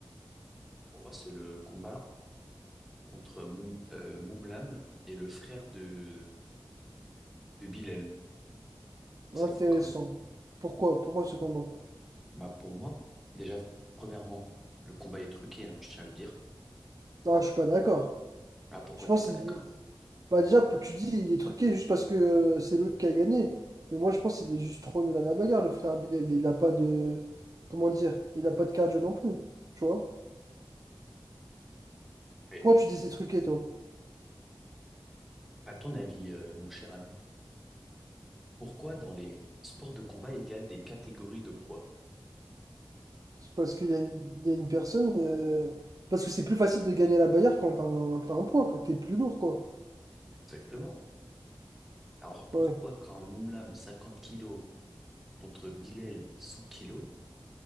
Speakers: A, in the centre; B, on the right (about 40°).
A: Pour moi, c'est le combat contre Moum, euh, Moumlam et le frère de, de Bilal. C'est
B: Intéressant.
A: fou quand même.
B: Pourquoi? Pourquoi ce combat?
A: Bah pour moi, déjà, premièrement, le combat est truqué, hein, je tiens à le dire.
B: Ah, je suis pas d'accord.
A: Ah, pourquoi
B: Je pense
A: t'es pas
B: qu'il...
A: d'accord?
B: il- Bah déjà, tu dis il est truqué juste parce que euh, c'est l'autre qui a gagné. Mais moi je pense qu'il est juste trop nul à la bagarre, le frère Abilel. Il a pas de. Comment dire? Il a pas de cardio non plus. Tu vois?
A: Mais
B: Pourquoi tu dis ces trucs et toi?
A: à ton avis, euh, mon cher ami, pourquoi dans les sports de combat, il y a des catégories de poids?
B: C'est Parce qu'il y a une, il y a une personne. euh, Parce que c'est plus facile de gagner à la Bayard quand t'as un, t'as un point, que t'es plus lourd, quoi.
A: Exactement. Alors pourquoi
B: Ouais.
A: quand Moumlam 50 kilos contre Bilal 100 kilos,